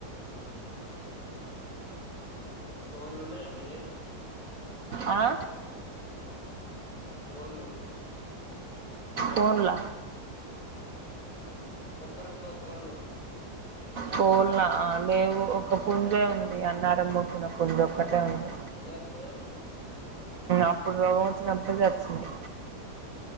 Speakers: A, on the left; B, on the right.
A: కోళ్ళు ఉన్నాయా మీయి
B: ఆ
A: కోళ్ళు
B: కోళ్ళు
A: ఒక్కరొక్క కోళ్ళు
B: కోళ్ళ లేవు ఒక పుంజే ఉంది అన్నారం మొకిన పుంజే ఒక్కటే ఉంది
A: అన్నీ సచ్చినయానే
B: అప్పుడు రోగం వచ్చినప్పుడు సచ్చినాయి